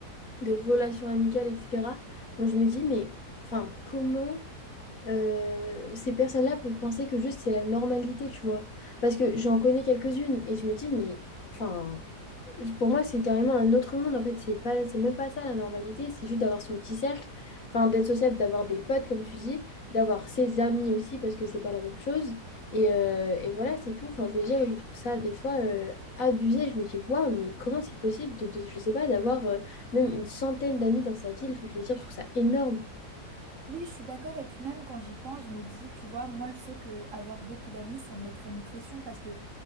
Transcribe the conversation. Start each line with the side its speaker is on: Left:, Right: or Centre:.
Left: de relations amicales, etc. Donc je me dis, mais enfin, comment euh, ces personnes-là peuvent penser que juste c'est la normalité, tu vois? Parce que j'en connais quelques-unes et je me dis, mais enfin, pour moi, c'est carrément un autre monde. En fait, c'est pas, c'est même pas ça la normalité. C'est juste d'avoir son petit cercle, enfin, d'être sociable, d'avoir des potes, comme tu dis, d'avoir ses amis aussi, parce que c'est pas la même chose. Et, euh, et voilà, c'est tout. Enfin, je veux dire, je trouve ça des fois euh, abusé. Je me dis, waouh, mais comment c'est possible de, de- je sais pas, d'avoir euh, même une centaine d'amis dans sa ville. Enfin, je veux dire, je trouve ça énorme.
Right: Oui, je suis d'accord. Et puis même quand j'y pense, je me dis, tu vois, moi je sais que avoir beaucoup d'amis, ça me mettrait une pression parce que